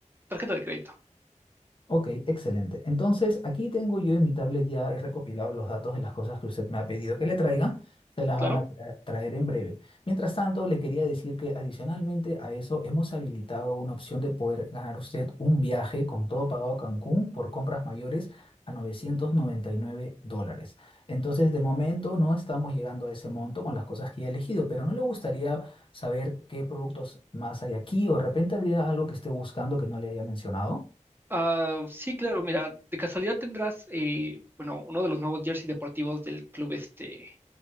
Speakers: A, on the right; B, on the left.
A: tarjeta de crédito,
B: Ok, excelente. Entonces, aquí tengo yo en mi tablet ya he recopilado los datos de las cosas que usted me ha pedido que le traiga. Se las
A: claro.
B: van a tra- traer en breve. Mientras tanto, le quería decir que adicionalmente a eso hemos habilitado una opción de poder ganar usted un viaje con todo pagado a Cancún por compras mayores a 999 dólares. Entonces, de momento no estamos llegando a ese monto con las cosas que ya he elegido, pero no le gustaría saber qué productos más hay aquí o de repente habría algo que esté buscando que no le haya mencionado.
A: Ah, sí, claro, mira, de casualidad tendrás, eh, bueno, uno de los nuevos jersey deportivos del club este,